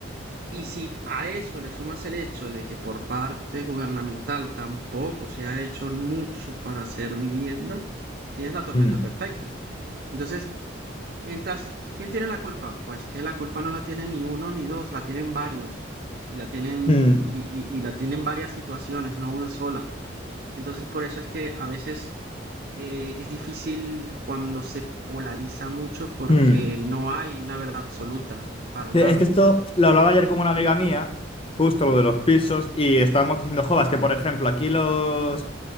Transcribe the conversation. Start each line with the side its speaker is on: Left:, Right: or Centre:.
Right: Y si a eso le sumas el hecho de que por parte gubernamental tampoco se ha hecho mucho para hacer vivienda, tienes la tormenta
Left: Mm,
Right: perfecta. Entonces, entras, ¿quién tiene la culpa? Pues que la culpa no la tienen ni uno ni dos, la tienen varios. Y la tienen,
Left: mm,
Right: y, y- y la tienen varias situaciones, no una sola. Entonces, por eso es que a veces eh, es difícil cuando se polariza mucho porque
Left: mm.
Right: no hay una verdad absoluta, para
Left: Sí,
Right: nada.
Left: Es que esto lo hablaba
Right: Todo,
Left: ayer con una amiga mía, justo lo de los pisos, y estábamos diciendo, jovas, que por ejemplo, aquí los